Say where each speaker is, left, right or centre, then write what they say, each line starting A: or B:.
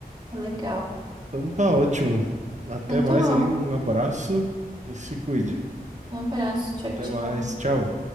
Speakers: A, on the right; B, on the right.
A: É legal.
B: Então tá ótimo. Até
A: Então
B: mais
A: tá bom.
B: aí, um abraço e se cuide.
A: Um abraço. Tchau,
B: Até
A: tchau.
B: mais, tchau.